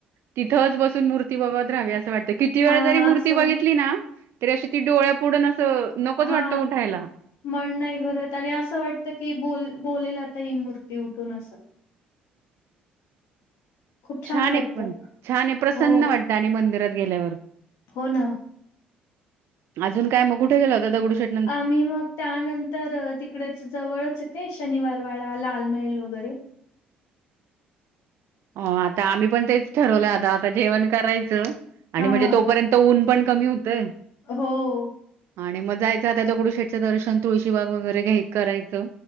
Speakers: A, on the right; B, on the left.
A: तिथंच बसून मूर्ती बघत राहावी असं वाट ते किती वेळ
B: हा
A: जरी मूर्ती
B: असं
A: बघितली ना, तरी अशी ती डोळ्या पुुढन असं नकोच
B: हा
A: वाटतं उठायला.
B: मन नाही भरत, आणि असं वाटत की बोल-बोलेल आता ही मूर्ती उठून अस. खूप
A: छान
B: वाटतं
A: हे पण छान हे प्रसन्न
B: हो
A: वाटत, आणि मंदिरात गेल्यावर.
B: हो ना!
A: अजून काय म कुठे गेला होता दगडू शेठ
B: आम्ही मग. त्यानंतर तिकडे च जवळच ये ते, शनिवारवाडा लाल मेहल वगैरे.
A: अ आता आम्ही पण तेच ठरवलं आता, आता जेवण करायचं. आणि
B: हा
A: म्हणजे तोपर्यंत ऊन पण कमी होतय.
B: हो.
A: आणि म जायचं आता दगडूशेठचं दर्शन, तुळशीबाग वगैरे घ्याय करायचं.